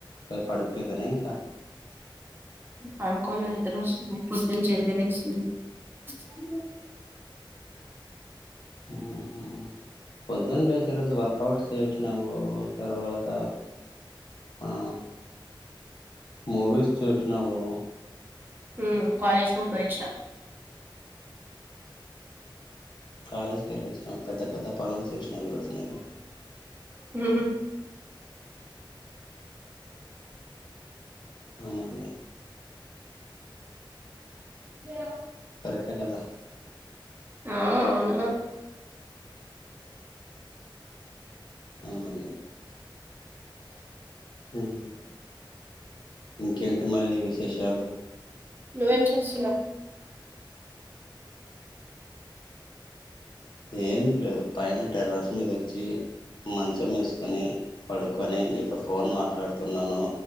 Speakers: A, on the left; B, on the right.
A: పై పడుకెదనే ఇంక <unintelligible>
B: పడ్కోల నిద్రస్తుంది పొద్దునుంచి నెక్స్ట్ <unintelligible>
A: ఊహు పొద్దున్నలేసి ఈరోజు వర్కౌట్ చేశినావు తర్వాత ఆ మూవీస్ చూశినావు
B: ఉమ్ కాలేజ్ కు పోయి అచ్చిన
A: కాలేజీకి వెళ్ళొచ్చినవ్ పెద్ద పెద్ద పనులు చేసినవ్ ఈ రోజు నువ్వు
B: హ
A: అ మల్ల
B: ఏ
A: కరెక్టే కదా
B: ఆ అవున
A: ఆ మల్ల ఊమ్ ఉమ్ ఇంకేంటి మళ్ళీ విశేషాలు
B: నువ్వేం చేస్తున్నావ్
A: ఏం లేదు పైన టెర్రస్ మీద అచ్చి మంచం ఏసుకొని పడుకొని నీతో ఫోన్ మాట్లాడుతున్నాను